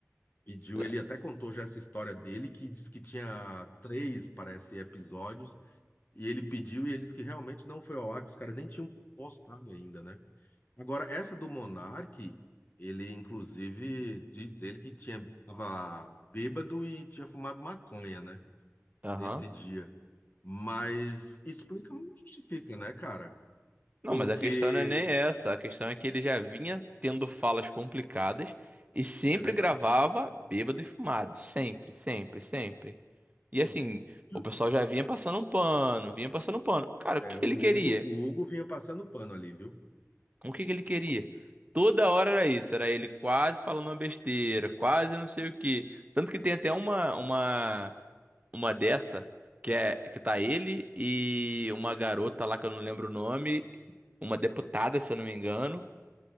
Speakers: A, on the left; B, on the right.
A: Pediu,
B: É,
A: ele até contou já essa história dele, que diz que tinha três, parece, episódios, e ele pediu e eles que realmente não foi ao ar, que os caras nem tinham postado ainda, né? Agora, essa do Monark, ele inclusive diz ele que tinha tava bêbado e tinha fumado maconha, né?
B: Aham.
A: Nesse dia. Mas explica, mas não justifica, né, cara?
B: Não,
A: Porque
B: mas a questão não é nem essa. A questão é que ele já vinha tendo falas complicadas e sempre
A: é verdade.
B: gravava bêbado e fumado. Sempre, sempre, sempre. E assim,
A: Hum. E
B: o
A: o-
B: pessoal já vinha passando um pano, vinha passando um pano. Cara, o
A: É,
B: que que
A: o
B: ele
A: Hugo,
B: queria?
A: o Hugo vinha passando pano ali, viu?
B: O que que ele queria? Toda hora era isso, era ele quase falando uma besteira, quase não sei o quê. Tanto que tem até uma uma uma dessa que é que tá ele e uma garota lá que eu não lembro o nome, uma deputada, se eu não me engano,